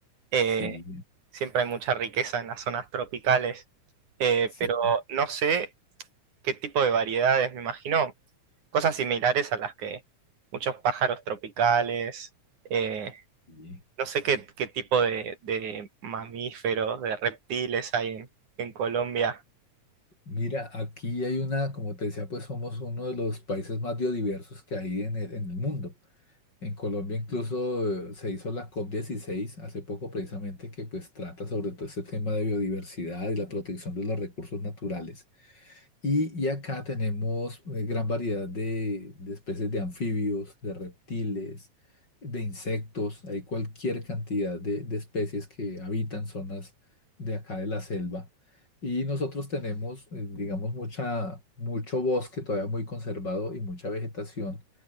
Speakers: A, on the right (about 75°); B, on the left (about 35°).
A: eh,
B: sí,
A: siempre hay mucha riqueza en las zonas tropicales, eh,
B: sí.
A: pero no sé qué tipo de variedades, me imagino. Cosas similares a las que muchos pájaros tropicales, eh,
B: sí.
A: No sé qué, qué tipo de, de mamíferos, de reptiles hay en, en Colombia.
B: Mira, aquí hay una, como te decía, pues somos uno de los países más biodiversos que hay en el, en el mundo. En Colombia incluso eh, se hizo la COP16 hace poco precisamente que pues trata sobre todo este tema de biodiversidad y la protección de los recursos naturales. Y, y acá tenemos eh, gran variedad de, de especies de anfibios, de reptiles, de insectos. Hay cualquier cantidad de, de especies que habitan zonas de acá de la selva. Y nosotros tenemos, eh, digamos, mucha, mucho bosque todavía muy conservado y mucha vegetación.